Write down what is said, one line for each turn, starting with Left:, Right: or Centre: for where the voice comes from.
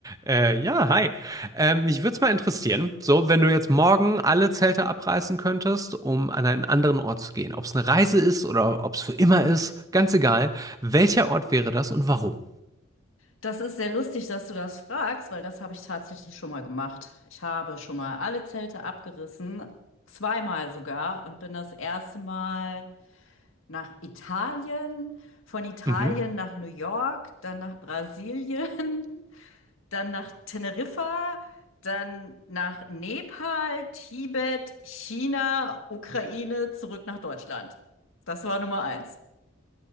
Right: Äh, ja, hi. Ähm, mich würde es mal interessieren, so, wenn du jetzt morgen alle Zelte abreißen könntest, um an einen anderen Ort zu gehen. Ob es eine Reise ist oder ob es für immer ist, ganz egal. Welcher Ort wäre das und warum?
Left: Das ist sehr lustig, dass du das fragst, weil das habe ich tatsächlich schon mal gemacht. Ich habe schon mal alle Zelte abgerissen, zweimal sogar, und bin das erste Mal nach Italien, von Italien
Right: Mhm.
Left: nach New York, dann nach Brasilien, <laughs> dann nach Teneriffa, dann nach Nepal, Tibet, China, Ukraine, zurück nach Deutschland. Das war Nummer eins.